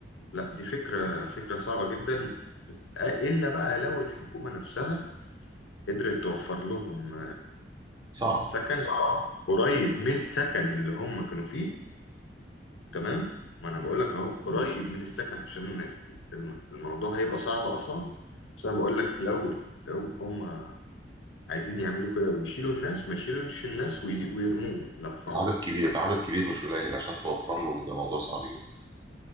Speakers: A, on the left; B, on the right.
A: لا دي فكرة فكرة صعبة جدا إلا بقى لو الحكومة نفسها قدرت توفر لهم
B: صعب
A: سكن قريب من السكن اللي هم كانوا فيه تمام ما انا
B: مم.
A: بقول لك اهو قريب من السكن عشان الم- الموضوع هيبقى صعب اصلا بس انا بقول لك لو لو هم عايزين يعملوا كده ويشيلوا الناس ما يشيلوش الناس وي- ويرموهم لا صعب
B: العدد كبير العدد كبير مش قليل عشان توفر له ده موضوع صعب جدا